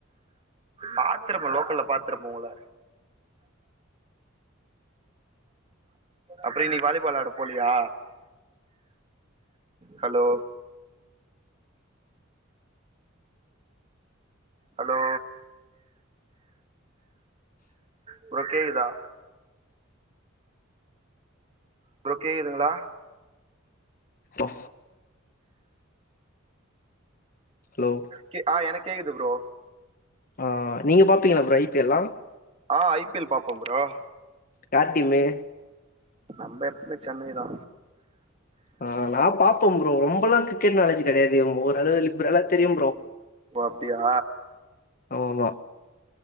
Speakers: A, on the right; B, on the left.
A: பாத்துருப்ப லோக்கல்ல பாத்துருப்ப உங்கள அப்றோ இன்னிக்கு வாலிபால் ஆட போலியா ஹலோ ஹலோ ப்ரோ கேக்குதா ப்ரோ கேக்குதுங்களா
B: ஓ ஹலோ
A: கே ஆ எனக்கு கேக்குது ப்ரோ
B: ஆ நீங்க பாப்பீங்களா ப்ரோ ஐ பி எல் லா
A: ஆ ஐ பி எல் பாப்ப ப்ரோ
B: யார் டீம்மு
A: நம்ப எப்பமே சென்னை தா
B: ஆ நா பாப்ப ப்ரோ ரொம்பலா கிரிக்கெட் நாலேஜ் கெடையாது ஓரளவு லிப்ரலா தெரியு ப்ரோ
A: ஓ அப்டியா
B: ஆமா ஆமா